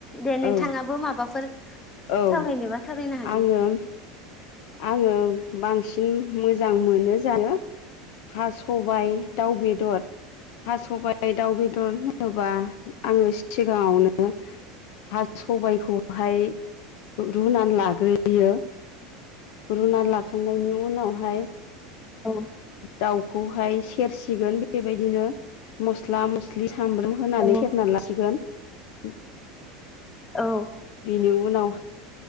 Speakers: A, on the left (about 15°); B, on the left (about 60°).
A: दे नोंथाङाबो
B: औ-औ
A: माबाफोर सावरायनोबा सावरायनो हागोन।
B: आङो-आङो बांसि न मोजां मोनो जानो हा सबायाइ दाउ बेदर हा सबाइ दाउ बेदर होनोबा आङो सिगाङावनो हा सबायखौहाय रुनानै लाग्रोयो रुना लाखांनायनि उनावहाय
A: औ
B: दाउखौहाय सेरसे सिगोन बेबायदिनो मस्ला-मस्लि सामब्राम होनानै
A: औ
B: सेरना लासिगोन <inaudible>
A: औ
B: बिनि उनाव